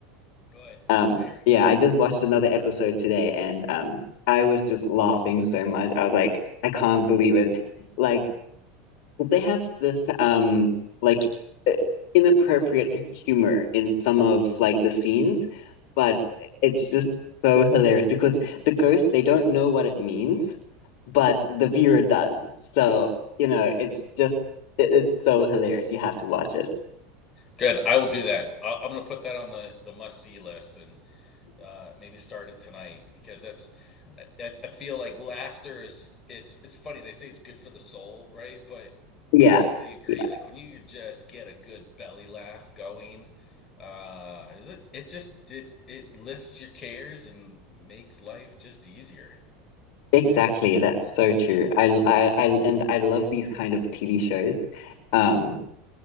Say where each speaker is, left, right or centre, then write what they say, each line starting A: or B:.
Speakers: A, on the left; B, on the left.
A: Good.
B: Um,
A: Very
B: yeah,
A: cool.
B: I just watched another episode today and um I was just laughing so much. I was like, I can't believe it. Like because they have this um like uh, inappropriate humor in some of like the scenes, but it's just so hilarious because the ghost they don't know what it means, but the viewer does. So, you know, it's just it, it's so hilarious. You have to watch it.
A: Good. I will do that. I, I'm gonna put that on the the must see list and uh, maybe start it tonight because that's I, I feel like laughter is it's it's funny they say it's good for the soul right but
B: Yeah.
A: I totally agree
B: Yeah,
A: like when you can just get a good belly laugh going uh it, it just it it lifts your cares and makes life just easier
B: exactly. That's so true. I, I, I, and I love these kind of TV shows. Um,